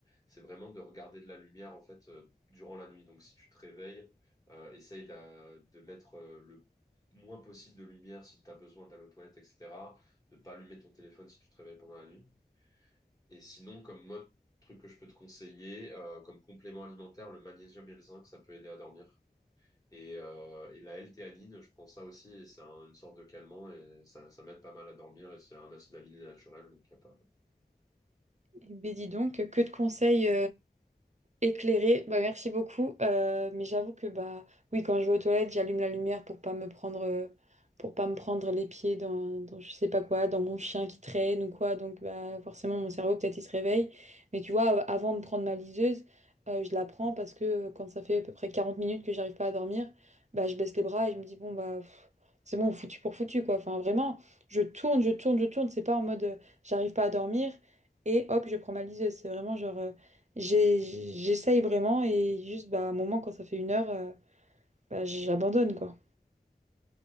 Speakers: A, on the left; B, on the right.
A: C'est vraiment de regarder de la lumière en fait euh, durant la nuit. Donc, si tu te réveilles, euh, essaye d'a- de mettre euh, le moins possible de lumière si tu as besoin d'aller aux toilettes, etc. De ne pas allumer ton téléphone si tu te réveilles pendant la nuit. Et sinon, comme autre truc que je peux te conseiller, euh, comme complément alimentaire, le magnésium et le zinc, ça peut aider à dormir. Et, euh, et la L-théanine, je prends ça aussi, et c'est un- une sorte de calmant, et ça, ça m'aide pas mal à dormir, et c'est un acide aminé naturel, donc y a pas...
B: Eh ben dis donc, que de conseils Éclairé, bah merci beaucoup. Euh, mais j'avoue que bah oui, quand je vais aux toilettes, j'allume la lumière pour pas me prendre euh, pour pas me prendre les pieds dans, dans je sais pas quoi, dans mon chien qui traîne ou quoi. Donc bah forcément mon cerveau peut-être il se réveille. Mais tu vois, av- avant de prendre ma liseuse, euh, je la prends parce que euh, quand ça fait à peu près 40 minutes que j'arrive pas à dormir, bah je baisse les bras et je me dis bon bah pff, c'est bon, foutu pour foutu quoi. Enfin vraiment, je tourne, je tourne, je tourne. C'est pas en mode euh, j'arrive pas à dormir et hop, je prends ma liseuse. C'est vraiment genre euh, j'ai- j'essaye vraiment et juste, bah, à un moment, quand ça fait une heure, euh, bah, j'abandonne, quoi.